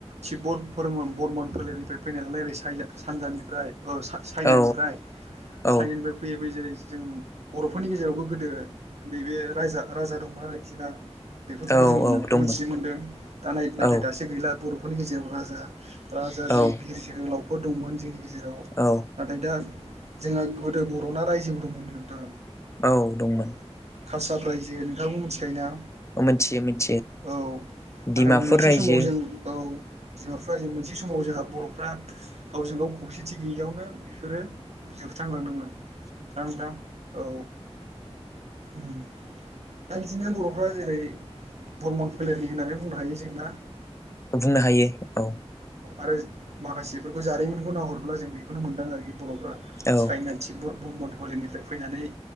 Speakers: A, on the right; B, on the left.
A: थिबबर पर्मण बरमन फोलेरनिफ्राय फैनाय नालाय ओरै सायसा सानजानिफ्राय ओ चा-चाइनानिफ्राय
B: औ औ
A: चानानिफ्राय फैयो जेरै जों बर'फोरनि गेजेरावबो गोदो नैबे रायजा राजा दंमोन आरोखि ना बेफोरखौबो
B: औ
A: जों मोनो
B: औ दंमोन
A: मोनथिनो मोनदों दा नाय नाथाय
B: औ
A: दासो गैला बर'फोरनि गेजेराव राजा राजा जेरै
B: औ
A: बिर जोहोलावफोर दंमोन जोंनि गेजेराव
B: औ
A: नाथाय दा जोंना गोदो बर- 'ना रायजोबो दंमोननो नोंथां
B: औ दंमोन
A: खासार रायजो नोंथाङाबो मिथिखायो ना
B: मिथियो मिथियो
A: औ,
B: डिमापुर
A: नाथाय मोनसे
B: रायजो
A: समाव जों औ। डिमापुरा ओ मोनसे समाव जोंहा बर'फ्रा गावजों गाव खौसेथि गैयियावनो बिफोरो बिजाल फुथारलांदोंमोन ना नोंथां औ उम। दा बिदिनो बर'फ्रा जेरै बरमन फोलेरनि होननानै बुंनो हायो जों ना?
B: बुंनो हायो औ।
A: आरो माखासेफोरखौ जारिमिनखौ नाहरब्ला जों बेखौनो मोनदां आरोखि बर'फ्रा
B: औ
A: चायना, थिब्बट बर्मन फोलेरनिफ्राय फैनानै